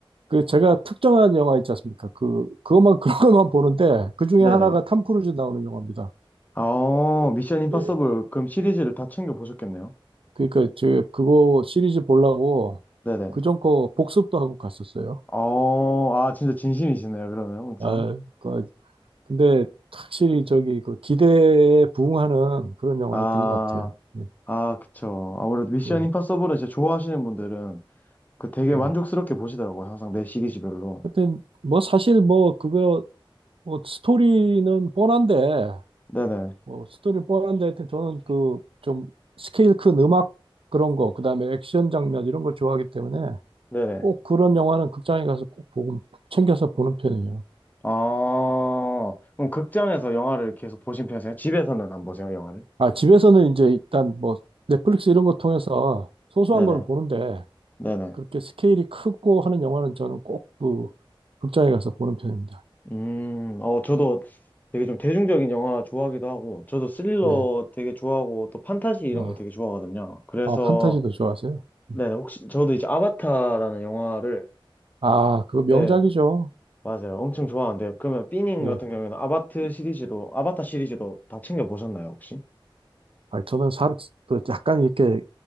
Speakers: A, on the right; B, on the left.
A: 그 제가 특정한 영화 있지 않습니까? 그 그것만 <laughs> 그런 것만 보는데 그 중에
B: 네네.
A: 하나가 탐 크루즈 나오는 영화입니다.
B: 어, 미션 임파서블
A: 예.
B: 그럼 시리즈를 다 챙겨 보셨겠네요.
A: 그러니까 제 그거 시리즈 보려고
B: 네네.
A: 그전 거 복습도 하고 갔었어요.
B: 어, 아, 진짜 진심이시네요, 그러면 엄청.
A: 아, 그 근데 확실히 저기 그 기대에 부응하는 그런 영화였던
B: 아,
A: 것 같아요. 예,
B: 아, 그쵸. 아무래도 미션
A: 예,
B: 임파서블은 진짜 좋아하시는 분들은 그 되게
A: 예.
B: 만족스럽게 보시더라고요, 항상 매 시리즈별로.
A: 하여튼 뭐 사실 뭐 그거 뭐 스토리는 뻔한데
B: 네네.
A: 뭐 스토리는 뻔한데 하여튼 저는 그 좀 스케일 큰 음악 그런 거 그다음에 액션 장면 이런 걸 좋아하기 때문에
B: 네네.
A: 꼭 그런 영화는 극장에 가서 꼭 보고 챙겨서 보는 편이에요.
B: 아, 그럼 극장에서 영화를 계속 보신 편이세요? 집에서는 안 보세요, 영화를?
A: 아 집에서는 이제 일단 뭐 넷플릭스 이런 거 통해서 소소한
B: 네네,
A: 거는 보는데
B: 네네.
A: 그렇게 스케일이 크고 하는 영화는 저는 꼭 그 극장에 가서 보는 편입니다.
B: 음, 어, 저도 되게 좀 대중적인 영화 좋아하기도 하고, 저도 스릴러
A: 예.
B: 되게 좋아하고, 또 판타지 이런
A: 아,
B: 거 되게 좋아하거든요. 그래서,
A: 아, 판타지도 좋아하세요?
B: 네,
A: 음.
B: 네 혹시, 저도 이제 아바타라는 영화를,
A: 아, 그거 명작이죠.
B: 네, 맞아요. 엄청 좋아하는데, 그러면 삐님
A: 예.
B: 같은 경우에는 아바트 시리즈도, 아바타 시리즈도 다 챙겨보셨나요, 혹시?
A: 아니, 저는 사, 그 약간 이렇게